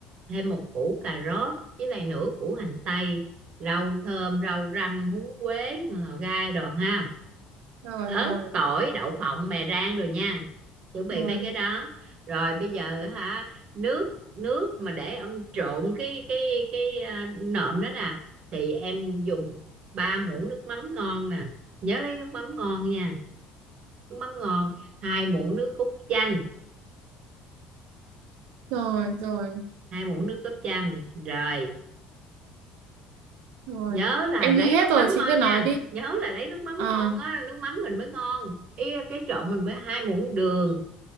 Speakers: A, on the right; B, on the right.
A: thêm một củ cà rốt với lại nửa củ hành tây rau thơm rau răm húng quế ờ, gai đồ ha
B: rồi
A: ớt
B: rồi
A: tỏi đậu phộng mè rang rồi nha chuẩn bị
B: rồi
A: mấy cái đó rồi bây giờ hả nước nước mà để ông trộn cái cái cái à, nộm đó nè thì em dùng ba muỗng nước mắm ngon nè nhớ lấy nước mắm ngon nha nước mắm ngon hai muỗng nước cốt chanh
B: rồi rồi
A: hai muỗng nước cốt chanh rồi
B: rồi
A: nhớ là
B: em
A: lấy
B: ghi hết
A: nước
B: rồi
A: mắm
B: chị
A: ngon
B: cứ nói
A: nha
B: đi
A: nhớ là lấy nước mắm
B: à
A: ngon á nước mắm mình mới ngon ý cái trộn mình mới hai muỗng đường